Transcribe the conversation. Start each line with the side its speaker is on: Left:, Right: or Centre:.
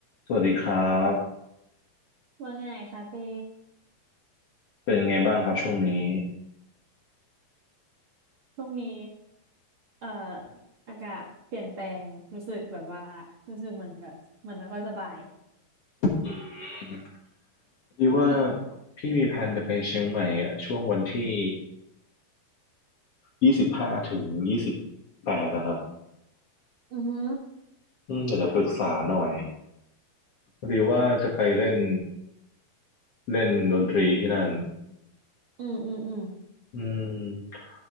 Left: สวัสดีครับ
Right: ว่าไงคะเป้
Left: เป็นไงบ้างครับช่วงนี้
Right: ช่วงนี้เอ่ออากาศเปลี่ยนแปลง รู้สึกแบบว่า รู้สึกเหมือนแบบเหมือนไม่ค่อยสบาย
Left: อืมพอดีว่า
Right: อืม
Left: พี่มีแผนจะไปเชียงใหม่อ่ะช่วงวันที่ยี่สิบห้าถึงยี่สิบแปดนะครับ
Right: อือฮึ
Left: อืมอยากจะปรึกษาหน่อยพอดีว่าจะไปเล่นเล่นดนตรีที่นั่น
Right: อืมอืมอืม
Left: อืม